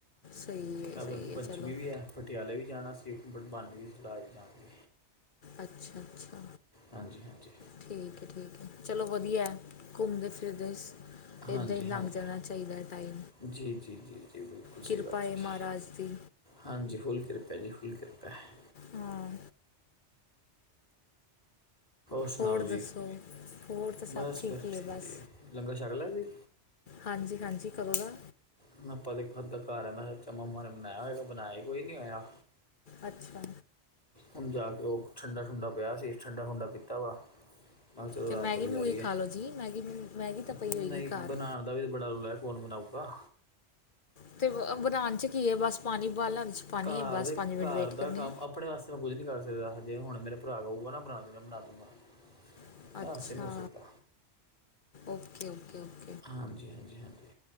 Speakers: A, on the left; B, on the left.
A: ਸਹੀ ਹੈ
B: ਕਾਬਲਕੀ
A: ਸਹੀ ਹੈ
B: ਪੰਚਮੀ
A: ਚਲੋ
B: ਵੀ ਆ। ਪਟਿਆਲੇ ਵੀ ਜਾਣਾ ਸੀ, ਪਰ ਬਣਦੀ ਨਹੀਂ ਸਲਾਹ ਹਜੇ ਜਾਣ ਦੀ।
A: ਅੱਛਾ -ਅੱਛਾ
B: ਹਾਂਜੀ ਹਾਂਜੀ
A: ਠੀਕ ਹੈ, ਠੀਕ ਹੈ, ਚਲੋ ਵਧੀਆ ਘੁੰਮਦੇ ਫਿਰਦੇ ਏਦਾਂ
B: ਹਾਂਜੀ
A: ਹੀ ਲੰਘ
B: ਹਾਂਜੀ
A: ਜਾਣਾ ਚਾਹੀਦਾ ਹੈ ਟਾਈਮ,
B: ਜੀ ਜੀ ਜੀ ਜੀ ਬਿਲਕੁਲ ਸਹੀ
A: ਕਿਰਪਾ
B: ਗੱਲ ਜੀ
A: ਮਹਾਰਾਜ ਦੀ
B: ਹਾਂਜੀ, ਹੁੱਲ ਕਿਰਪਾ ਜੀ, ਹੁੱਲ ਕਿਰਪਾ ਹੈ।
A: ਹਾਂ
B: ਸੁਣਾਓ
A: ਹੋਰ
B: ਜੀ
A: ਦੱਸੋ, ਹੋਰ ਤਾਂ
B: ਬਸ
A: ਸਭ ਠੀਕ
B: ਬੈਠੇ
A: ਹੀ ਹੈ, ਬਸ
B: ਜੀ ਲੰਗਰ ਛਕ ਲਿਆ ਸੀ
A: ਹਾਂਜੀ -ਹਾਂਜੀ ਕਦੋਂ ਦਾ
B: ਮੈਂ ਆਪਾਂ ਦੇੱਦਾ ਘਰ ਆ, ਮੈਂ ਅੱਛਾ ਮੰਮਾ ਨੇ ਬਣਾਇਆ ਹੋਇਗਾ, ਬਣਾਇਆ ਕੋਈ ਨੀ ਹੋਇਆ।
A: ਅੱਛਾ
B: ਹੁਣ ਜਾ ਕੇ ਉਹ ਠੰਡਾ ਠੁੰਡਾ ਪਿਆ ਸੀ, ਠੰਡਾ ਠੁੰਡਾ ਪੀਤਾ ਵਾ ਮ, ਕਿਹਾ ਚਲੋ
A: ਤੇ
B: ਰਾਤ
A: ਮੈਗੀ
B: ਗੁਜ਼ਾਰੀ
A: ਮੂਗੀ ਖਾ
B: ਹੈ,
A: ਲਓ ਜੀ ਮੈਗੀ ਮੈਗੀ ਤਾਂ ਪਈ
B: ਨਹੀਂ
A: ਹੋਏਗੀ ਘਰ
B: ਬਣਾਉਣ ਦਾ ਵੀ ਤਾਂ ਬੜਾ ਰੁਲੈ ਕੌਣ ਬਨਾਊਗਾ।
A: ਅਤੇ ਬਣਾਉਣ 'ਚ ਕੀ ਹੈ, ਬਸ ਪਾਣੀ ਬਾਲਣ 'ਚ ਪਾਣੀ
B: ਘਰ
A: ਹੈ ਬਸ
B: ਦੇ,
A: ਪੰਜ ਮਿੰਟ
B: ਘਰ
A: ਵੇਟ
B: ਦਾ,
A: ਕਰਨੇ
B: ਕੰਮ ਆਪਣੇ ਵਾਸਤੇ ਕੁੱਝ ਨੀ ਕਰ ਸਕਦਾ, ਜੇ ਹੁਣ ਮੇਰਾ ਭਰਾ ਗਾਊਗਾ ਨਾ ਬਣਾ ਦੇੈਂ ਬਣਾ ਦੂਗਾ।
A: ਆ ਅੱਛਾ
B: ਐਸੇ, ਨਹੀਂ ਹੋ ਸਕਦਾ।
A: ਓਕੇ ਓਕੇ ਓਕੇ
B: ਹਾਂਜੀ ਹਾਂਜੀ ਹਾਂਜੀ